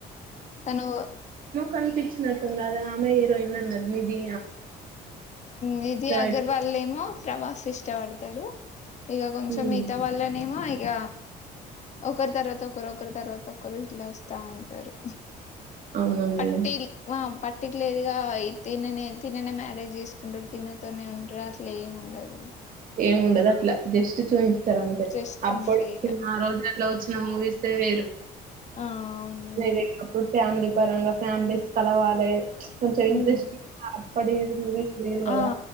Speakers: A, on the left (about 45°); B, on the right (about 55°).
A: తనూ
B: కనిపిచ్చినట్టుంది అదే ఆమె హీరోయిన్ అన్నారు నిది
A: నిది అగర్వాళ్నేమో
B: అటు
A: ప్రభాస్ ఇష్టపడత్ తడు ఇగ కొంచెం
B: హ్మ్.
A: మిగతా వాళ్ళనేమో ఇగ ఒకరి తర్వాత ఒకరు ఒకరు తర్వాత ఒకరు ఇట్ల వస్తా ఉంటరు
B: అవునా మేడం
A: పట్టిల్ ఆ పట్టిట్లేదుగా ఇ దీన్ని నేన్ తిననే మ్యారేజ్ చేసుకుంటడు తినతోనే ఉంటాడు అట్ల ఏమ్ ఉండదు ఇగ
B: ఏముండదు అట్లా జస్ట్ చూయిస్తారు అంతే
A: జస్ట్
B: అప్పుడు
A: అంతే ఇక
B: ఆ రోజులల్లో వచ్చిన మూవీసే వేరు
A: ఆ అవును
B: నువేప్పుడు ఫ్యామిలీ పరంగా ఫ్యామిలీస్ కలవాలే కొంచెం
A: మేడం
B: ఇంట్రెస్ట్ంగ్ గా అప్పడియే మూవీస్ లేదు కదా
A: ఆ